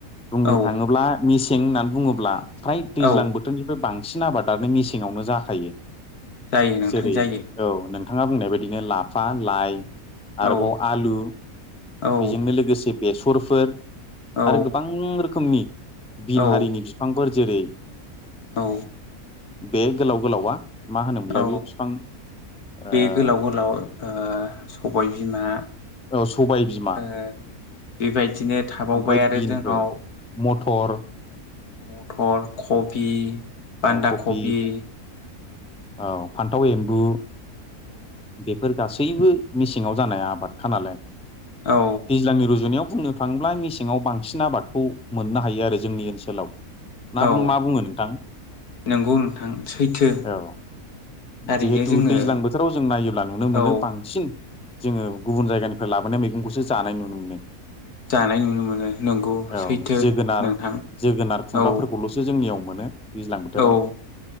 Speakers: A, in the centre; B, on the left.
A: बुंनो
B: औ
A: थाङोब्ला मेसें होननानै बुङोब्ला फ्राय दैज्लां
B: औ
A: बोथोरनिफ्राय बांसिन आबादानो मेसेंङावनो जाखायो
B: जायो नोंथां
A: जेरै
B: जायो
A: औ नों नोंथां बुंनाय बादिनो लाफा लाइ आरोबाव
B: औ
A: आलु
B: औ
A: बेजोंनो लोगोसे बेसरफोर
B: औ
A: आरो गोबां रोखोमनि बिन
B: औ
A: हारिनि फिफांफोर जेरै
B: औ
A: बे गोलाव गोलावा मा होनोमोनलाय
B: औ
A: बे बिफां
B: बे
A: ओ
B: गोलाव गोलाव ओ सबाय बिमा
A: औ सबाय बिमा,
B: ओ बेबायदिनो थाबावबाय
A: ओमफ्राय
B: आरो
A: बिनफोर
B: जोंनाव
A: मथर
B: औ मथर, खबि, बान्दा
A: औ कफि
B: खबि,
A: औ फान्थाव एम्बु बेफोर गासै बो मेसेङाव जानाय आबादखा नालाय
B: औ
A: दैज्लांनि रुजुनायाव बुंनो थाङोब्ला मेसेङाव बांसिन आबादखौ मोननो हायो आरो जोंनि ओनसोलाव मा
B: औ
A: बुं मा बुङो नोंथां
B: नंगौ नोंथां सैथो
A: औ
B: थारैनो
A: जिहेथु
B: जोङो
A: दैज्लां बोथोराव जों नायोब्ला नुनो मोनो
B: औ
A: बांसिन जोङो गुबुन जायगानिफ्राय लाबोनाय मैगंखौसो जानाय नुनो मोनो।
B: जानाय नुनो मोनो नंगौ
A: औ
B: सैथो
A: जोगोनार
B: नोंथां
A: जोगोनार, खुमब्राफोरखौल'सो
B: औ
A: जोंनियाव मोनो दैज्लां बोथोराव
B: औ